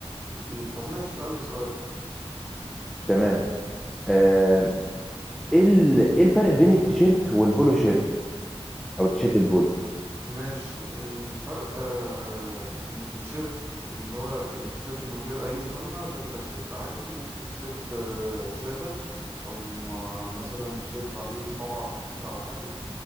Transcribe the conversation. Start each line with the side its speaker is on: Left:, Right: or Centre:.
Right: أكيد طب ماشي سألني سؤال
Centre: تمام آم، ايه ال- ايه الفرق بين التيشيرت والبولو شيرت او التيشيرت البولو
Right: ماشي الفرق آه ان التيشيرت اللي هو التيشيرت من غير اي مسمى ده بيبقى تيشيرت عادي ممكن تيشيرت آه سادة او م- مثلا تيشيرت عليه طبعة خفيفة او حاجة